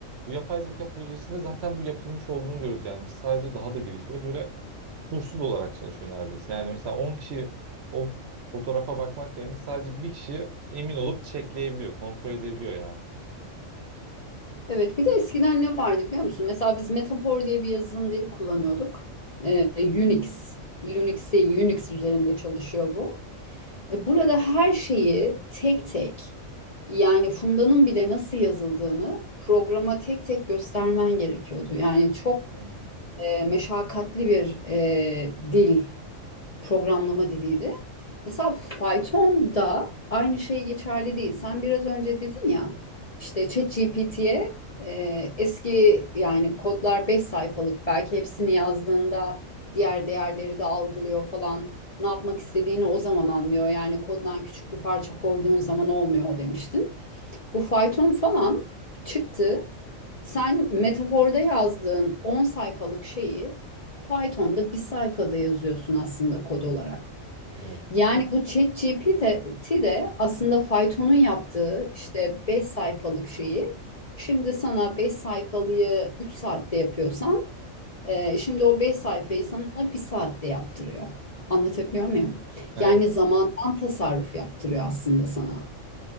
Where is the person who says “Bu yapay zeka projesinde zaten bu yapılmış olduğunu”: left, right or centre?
Right